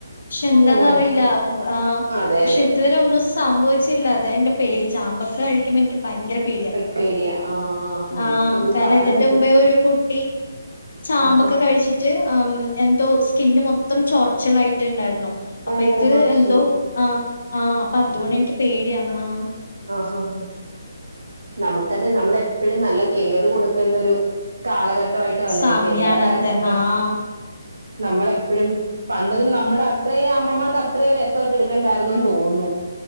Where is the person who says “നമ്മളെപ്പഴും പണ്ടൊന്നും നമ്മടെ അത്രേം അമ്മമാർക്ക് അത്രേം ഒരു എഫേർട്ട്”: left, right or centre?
Right